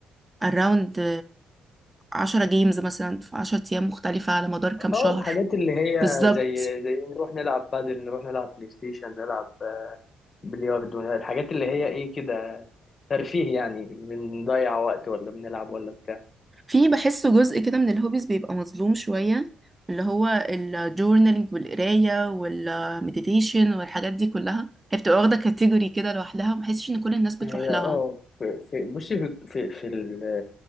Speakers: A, on the right; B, on the left.
A: اراوند 10 جيمز مثلا في 10 ايام مختلفة على مدار كام شهر
B: اه الحاجات اللي هي
A: بالظبط
B: زي زي نروح نلعب بادل نروح نلعب بلاي ستيشن نلعب آه، بلياردو الحاجات اللي هي ايه كده ترفيه يعني بنضيع وقت ولا بنلعب ولا بتاع
A: في بحسه جزء كده من الهوبيز بيبقى مظلوم شوية اللي هو الجورنالينج والقراية والمديتيشن والحاجات دي كلها هي بتبقى واخدة كاتيجوري كده لوحدها مبحسش ان كل الناس بتروح
B: هي
A: لها
B: اه في في بصي في في في ال